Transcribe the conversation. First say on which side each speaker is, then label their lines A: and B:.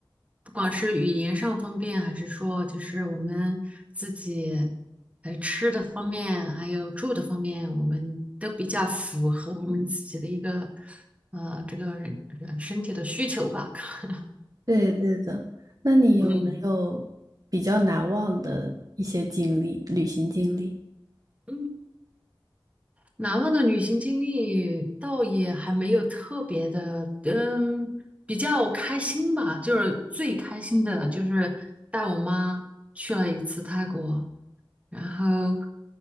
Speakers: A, on the right; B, on the right.
A: 不管是语言上方便，还是说就是我们自己，呃，吃的方面，还有住的方面，我们都比较符合我们自己的一个，呃，这个人人身体的需求吧。<laughs>
B: 对对的，那你有没有比较难忘的一些经历，
A: 嗯
B: 旅行经历？
A: 嗯难忘的旅行经历倒也还没有特别的，嗯，比较开心吧。就是最开心的就是带我妈去了一次泰国，然后，